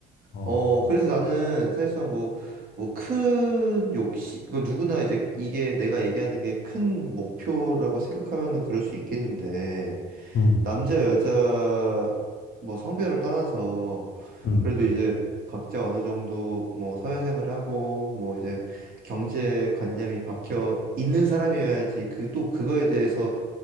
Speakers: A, on the left; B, on the right.
A: 어,
B: 어, 그래서 나는 사실상 뭐, 뭐 큰 욕심, 그 누구나 이제 이게 내가 얘기하는 게 큰 목표라고 생각하면은 그럴 수 있겠는데,
A: 음,
B: 남자, 여자, 뭐 성별을 떠나서,
A: 음,
B: 그래도 이제 각자 어느 정도 뭐 사회생활을 하고, 뭐 이제 경제관념이 박혀 있는 사람이어야지 그 또 그거에 대해서